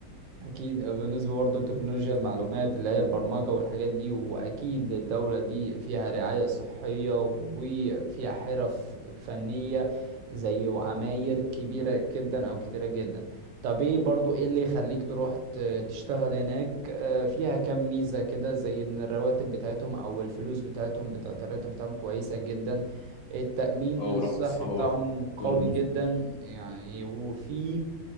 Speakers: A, on the right; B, on the left.
A: اكيد آه، بالنسبه برضه لتكنولوجيا المعلومات اللي هي البرمجه والحاجات دي واكيد الدوله دي فيها رعايه صحيه وفيها حرف فنيه زي وعماير كبيره جدا او كتيره جدا طب ايه برضه ايه اللي يخليك تروح ت- تشتغل هناك آه، فيها كام ميزه كده زي ان الرواتب بتاعتهم او الفلوس بتاعتهم بتاعت الراتب بتاعهم كويسه جدا التأمين
B: أو
A: الصحي
B: لو صعبة
A: بتاعهم
B: برضه
A: قوي
B: دول المصري.
A: جدا يعني وفي